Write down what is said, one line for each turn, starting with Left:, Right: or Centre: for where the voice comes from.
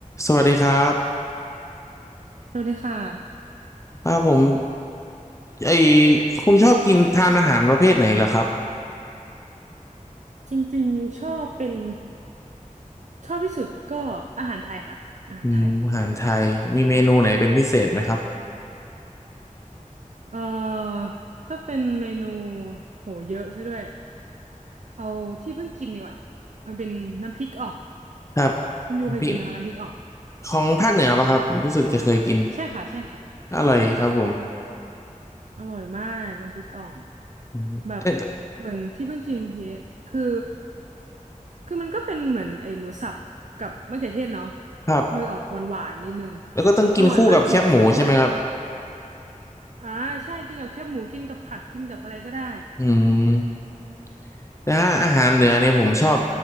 Left: สวัสดีครับ
Right: สวัสดีค่ะ
Left: ครับผมไอคุณชอบกินทานอาหารประเภทไหนล่ะครับ
Right: จริงๆชอบเป็นชอบที่สุดก็อาหารไทยค่ะอาหารไทย
Left: อืมอาหารไทยมีเมนูไหนเป็นพิเศษไหมครับ
Right: เอ่อถ้าเป็นเมนูโหเยอะซะด้วยเอาที่เพิ่งกินดีกว่ามันเป็นน้ำพริกอ่อง
Left: ครับ
Right: คุณยูเคยกินไหมคะน้ำพริกอ่อง
Left: พี่ของภาคเหนือปะครับรู้สึกจะเคยกิน
Right: ใช่ค่ะใช่ค่ะ
Left: อร่อยครับผม
Right: ใช่ค่ะอร่อยมากน้ำพริกอ่อง
Left: อืมเอ๊ะ
Right: แบบเหมือนที่เพิ่งกินเมื่อกี้คือคือมันก็เป็นเหมือนไอ้หมูสับกับมะเขือเทศเนาะ
Left: ครับ
Right: มันออกหวานๆนิดนึง
Left: แล้วก็ต้องกินคู่กับแคบหมูใช่ไหมครับ
Right: อร่อยมากกินกับข้าวสวยแบบ อ่าใช่กินกับแคบหมูกินกับผักกินกับอะไรก็ได้
Left: อืมนะอาหารเหนือเนี่ยผมชอบ